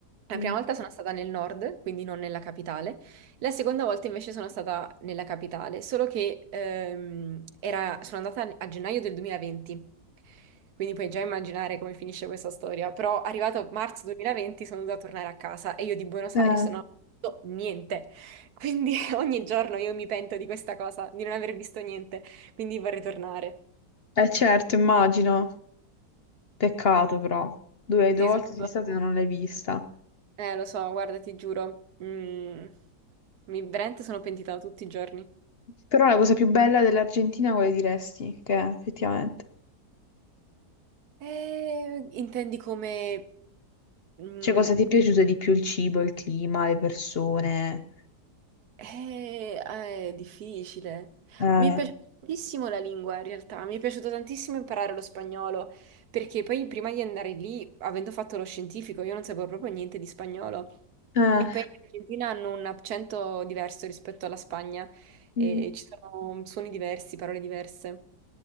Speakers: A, on the right (about 65°); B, on the left (about 55°).
A: La
B: Mm.
A: prima volta sono stata nel nord, quindi non nella capitale. La seconda volta invece sono stata nella capitale, solo che ehm, era- sono andata a gennaio del 2020, quindi puoi già immaginare come finisce questa storia, però arrivato a marzo 2020 sono dovuta tornare a casa e io di Buenos
B: Eh,
A: Aires non ho visto niente, quindi <laughs> ogni giorno io mi pento di questa cosa, di non aver visto niente, quindi vorrei tornare.
B: Eh certo, immagino. Peccato però. Due,
A: Sì,
B: due volte
A: sono stata-
B: sei stata e non l'hai vista.
A: Eh, lo so, guarda, ti giuro, mm, mi veramente sono pentita tutti i giorni.
B: Però la cosa più bella dell'Argentina quale diresti che è, effettivamente?
A: Eh, intendi come... mm,
B: Cioè, cosa ti è piaciuto di più? Il cibo, il clima, le persone?
A: eh, ah, è difficile.
B: eh,
A: Mi è piaciuta tantissimo la lingua, in realtà. Mi è piaciuto tantissimo imparare lo spagnolo, perché poi prima di andare lì, avendo fatto lo scientifico, io non sapevo proprio niente di spagnolo.
B: Eh,
A: E poi in Argentina hanno un accento diverso rispetto alla Spagna, e
B: mm,
A: ci sono suoni diversi, parole diverse.